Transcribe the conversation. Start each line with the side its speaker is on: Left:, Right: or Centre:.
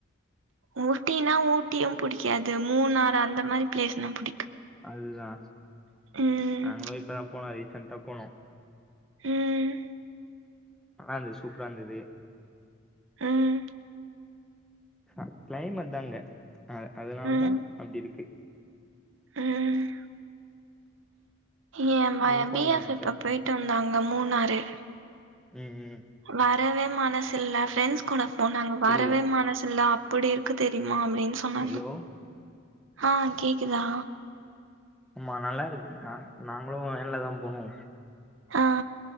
Right: ஊட்டினா ஊட்டியு புடிக்காது மூணாறு அந்த மாரி பிளேஸ்னா புடிக்கு
Centre: அதுதா
Right: ம்
Centre: நாங்களு இப்பதா போனோ ரீசன்டா போனோ
Right: ம்
Centre: நல்லாருந்துது சூப்பராருந்துது
Right: ம்
Centre: அ கிளைமாட்தா அங்க அ அதனாலதா
Right: ம்
Centre: அப்டிருக்கு
Right: ம் ஏ பைய
Centre: நீங்க போனீங்களா
Right: பி எப்
Centre: என்னைக்காது
Right: இப்ப போயிட்டு வந்தாங்க மூணாறு
Centre: ம் ம்
Right: வரவே மனசில்ல ஃப்ரெண்ட்ஸ் கூட போனாங்க வரவே
Centre: புரியல
Right: மனசில்ல அப் ப்பிடி இருக்கு தெரிமா அப்டின் சொன்னாங்க
Centre: ஹலோ
Right: ஆ கேக்குதா
Centre: ஆமா நல்லாருக்கு நா நாங்களு வேன்லதா போனோ
Right: ஆ